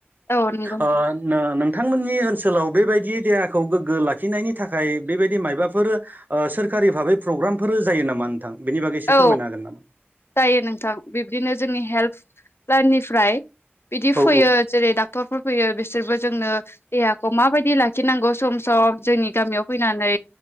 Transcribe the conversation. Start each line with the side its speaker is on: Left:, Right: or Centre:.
Left: औ नंगौ नोंथां
Right: ओ नो नों थांमोननि ओनसोलाव बेबायदि देहाखौ गोग्गो लाखिनायनि थाखाय बेबायदि मायाबाफोर ओ सोर कारि भाबै प्रग्रामफोर जायो नामा? बागै एसे
Left: औ
Right: फोरमायनो हागोन नामा?
Left: जायो नोंथां बिब्दिनो जोंनि हेल्प लाइननिफ्राय बिदि
Right: औ
Left: फैयो जेरै डाक्टरफोर फैयो बिसोरबो जोंनो देहाखौ माबायदि लाखिनांगौ सम सम जोंनि गामियाव फैनानै